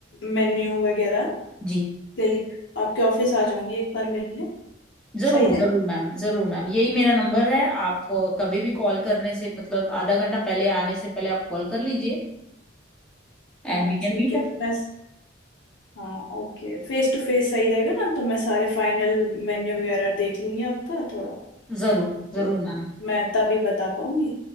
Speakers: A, on the left; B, in the centre.
A: मेन्यू वगैरह
B: जी
A: के लिए आपके ऑफिस आ जाऊंगी एक बार मिलने
B: जरूर
A: सही रहेगा
B: जरूर मैम जरूर मैम यही मेरा नंबर है आप अ, कभी भी कॉल करने से मतलब आधा घंटा पहले आने से पहले आप कॉल कर लीजिए And
A: हाँ
B: we
A: ठीक
B: can meet
A: है
B: up
A: तो मैं हाँ ओके फेस टू फेस सही रहेगा ना तो मैं सारे फाइनल मेन्यू वगैरह देख लूंगी आपका थोड़ा
B: जरूर
A: तो
B: जरूर ma'am
A: मैं तभी बता पाऊंगी